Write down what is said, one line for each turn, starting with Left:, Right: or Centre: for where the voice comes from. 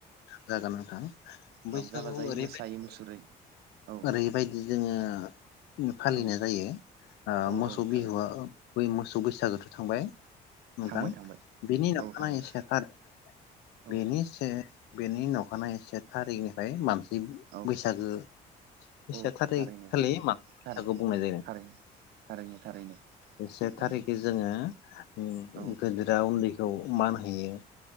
Left: जागोन नोंथां बैसागुआव
Right: रंजा बाजायै
Left: ओरैबायदि
Right: मोसायै मुसुरै औ
Left: ओरैबायदि जोङो। उम फालिनाय
Right: औ
Left: जायो। ओ
Right: औ
Left: मोसौ
Right: औ थारैनो
Left: बिहुआ ओ मोसौ बैसागोआथ थांबाय। नोंथां
Right: थांबाय थांबाय
Left: बेनि नखानायै
Right: औ थांबाय
Left: से टार
Right: औ
Left: बेनि से बेनि न अखानायै से टारिखनिफ्राय मानस इब
Right: औ
Left: बैसागो से
Right: औ
Left: थारिख
Right: थारैनो
Left: खालि मा बैसागो
Right: थारै
Left: बुंनाय जायो
Right: थारैनो थारैनो थारैनो
Left: अ से
Right: नंगौ
Left: थारिखै जोङो उम
Right: औ
Left: गोदोरा उन्दै खौ मान होयो।